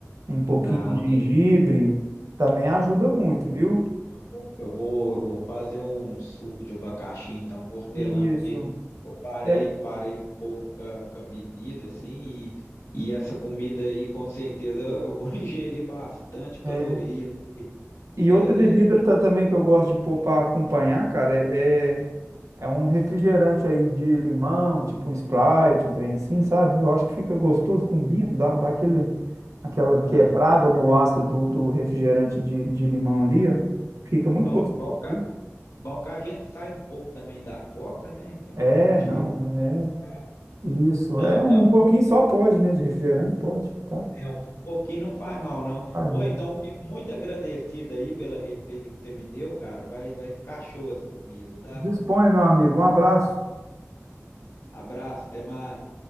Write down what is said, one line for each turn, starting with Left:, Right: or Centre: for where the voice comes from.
Right: um pouquinho
Left: não,
Right: de gengibre,
Left: beleza.
Right: também ajuda muito, viu?
Left: Eu vou, eu vou, eu vou fazer um suco de abacaxi, então, com hortelã,
Right: Isso.
Left: porque eu parei,
Right: É,
Left: parei um pouco com a, com a bebida, assim, e, e essa comida aí, com certeza, eu vou <laughs> ingerir bastante caloria.
Right: é. e
Left: É,
Right: outra bebida ta- também que eu gosto de pôr para acompanhar, cara, é, é é um refrigerante aí de limão, tipo um Sprite, um trem assim, sabe? Eu acho que fica gostoso, combina, dá, dá aquele. aquela quebrada,
Left: aham.
Right: né, o ácido do, do refrigerante de, de limão ali, ó, fica muito
Left: Bom,
Right: gostoso,
Left: bom, ca-
Right: viu?
Left: bom que a gente sai um pouco também da coca, né? É um
Right: É,
Left: de
Right: não,
Left: limãozinho,
Right: é
Left: Sprite.
Right: isso.
Left: Não,
Right: É
Left: então,
Right: um pouquinho só pode, né, de refrigerante, pode, tá?
Left: é um, um pouquinho não faz mal, não.
Right: Ai, não.
Left: Ou então, fico muito agradecido aí pela receita que você me deu, cara. Vai, vai ficar show essa comida, tá?
Right: Disponha, meu amigo. Um abraço.
Left: Abraço, até mais.